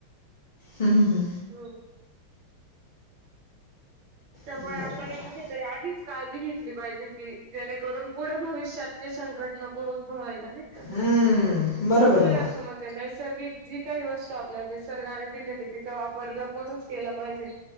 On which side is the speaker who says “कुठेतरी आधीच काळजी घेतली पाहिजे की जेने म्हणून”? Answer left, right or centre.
Right